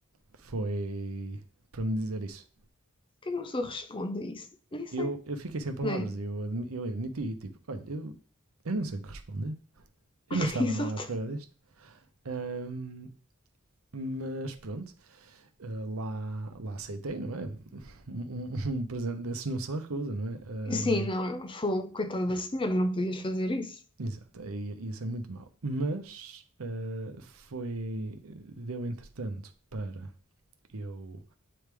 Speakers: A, on the right (about 70°); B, on the left (about 25°).
A: foi para me dizer isso.
B: Por que é uma pessoa responde a isso? Nem sei,
A: Eu, eu fiquei sem palavras,
B: não é?
A: eu, eu admiti, tipo, olha, eu, eu não sei o que responder.
B: <laughs>
A: Eu não estava
B: Exato.
A: nada à espera disto. Ahm, mas pronto, ah, lá, lá aceitei, não é? Um, um- <laughs> um presente desses não se recusa, não é? Ahm,
B: Sim, não, foi coitada da senhora, não podias fazer isso.
A: exato, isso é muito mau. Mas ah, foi. Deu entretanto para eu